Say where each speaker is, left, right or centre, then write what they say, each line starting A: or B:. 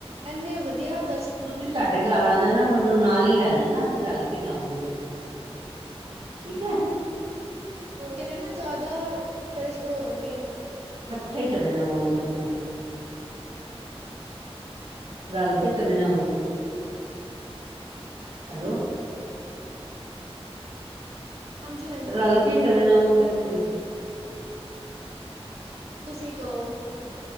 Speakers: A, on the right; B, on the right.
A: ਏਨੇ ਵਧੀਆ ਕੇ
B: ਤੁਸੀਂ ਸਾਡੇ ਘਰ ਆ ਜਾਣਾ ਮੈਨੂੰ ਨਾਲ ਹੀ ਲੈ ਜਾਣਾ ਅਸੀਂ ਰਲ ਕੇ ਜਾਵਾਂਗੇ ਇੱਥੋਂ, ਠੀਕ ਹੈ।
A: ਐਨੇਨਾ ਜ਼ਿਆਦਾ ਦਰਸ਼ਨ ਹੋਣਗੇ
B: ਇਕੱਠੇ ਚਲੇ ਜਾਵਾਂਗੇ ਇੱਥੋਂ। ਰਲ ਕੇ ਚਲੇ ਜਾਵਾਂਗੇ। ਹੈਲੋ
A: ਹਾਂਜੀ ਹਾਂਜੀ
B: ਰਲ ਕੇ ਚਲੇ ਜਾਵਾਂਗੇ ਏਥੋਈ।
A: ਤੁਸੀਂ ਕਹੋ।